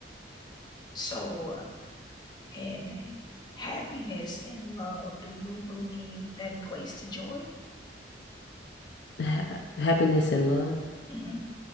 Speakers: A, on the left; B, on the left.
A: So, uh, and happiness and love, do you believe that equates to joy?
B: ha happiness and love.
A: hmm